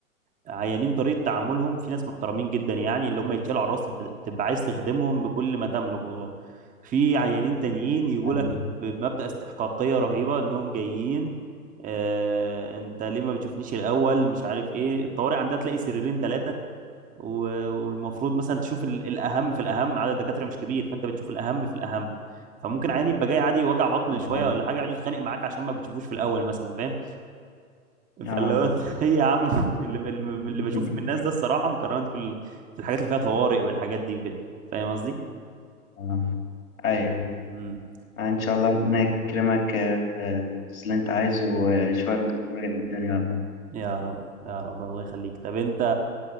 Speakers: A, on the right; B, on the left.
A: عيانين طريقه تعاملهم في ناس محترمين جدا يعني اللي هم يتشالوا على الراس تب- تبقى عايز تخدمهم بكل ما تملك والله في عيانين تانيين يقول
B: أيوة
A: لك بمبدأ استحقاقيه رهيبه انهم جايين آه انت ليه ما بتشوفنيش الاول مش عارف ايه الطوارئ عندها تلاقي سريرين ثلاثه و- والمفروض مثلا تشوف ال- الاهم في الاهم عدد الدكاتره مش كبير فانت بتشوف الاهم في الاهم فممكن عيني يبقى جاي عادي وجع بطن شويه
B: طبعا
A: ولا حاجه يقعد يتخانق معاك عشان ما بتشوفوش في الاول مثلا فاهم
B: اه
A: فاللي هو انت <laughs> ايه يا عم اللي, اللي
B: <laughs>
A: اللي بشوفه من الناس ده الصراحه مكرهني في ال- في الحاجات اللي فيها طوارئ والحاجات دي وكده فاهم قصدي؟
B: آه. ايوه
A: امم
B: آه، ان شاء الله ربنا يكرمك آه، في التخصص اللي انت عايزه وشوية دكتور قد الدنيا والله
A: يا رب يا رب الله يخليك طب انت